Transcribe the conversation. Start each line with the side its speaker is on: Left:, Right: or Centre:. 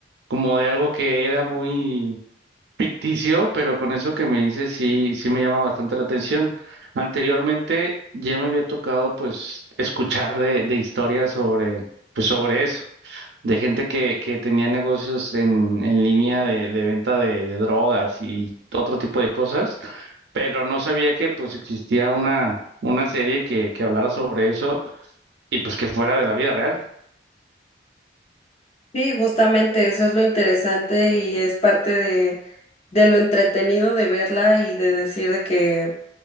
Right: como de algo que era muy ficticio, pero con eso que me dices sí, sí me llama bastante la atención. Anteriormente ya me había tocado pues escuchar de, de historias sobre, pues sobre eso, de gente que, que tenía negocios en, en línea de, de venta de, de drogas y otro tipo de cosas, pero no sabía que pues existía una, una serie que, que hablara sobre eso y pues que fuera de la vida real.
Left: Sí, justamente eso es lo interesante y es parte de, de lo entretenido de verla y de decir de que,